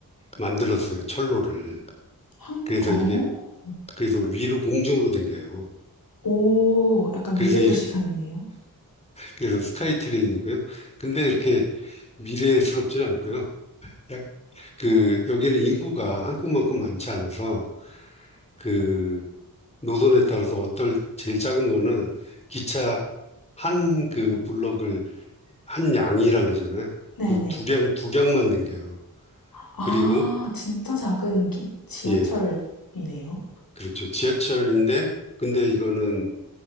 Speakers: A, on the left; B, on the left.
A: 만들었어요. 철로를.
B: 한국,
A: 그래서
B: 어?
A: 이게 그래서 위로 공중으로 댕겨요.
B: 오, 약간
A: 그래서
B: 미래도시
A: 이-
B: 같네요.
A: 그래서 스카이 트레인이고요. 근데 이렇게 미래스럽진 않고요. 약- 그 여기는 인구가 한국만큼 많지 않아서 그 노선에 따라서 어떨 제일 작은 거는 기차 한 그 블럭을 한 양이라 그러잖아요.
B: 네네.
A: 그 두량 두량만 댕겨요.
B: 아,
A: 그리고
B: 진짜 작은 기- 지하철이네요.
A: 예 그렇죠 지하철인데 근데 이거는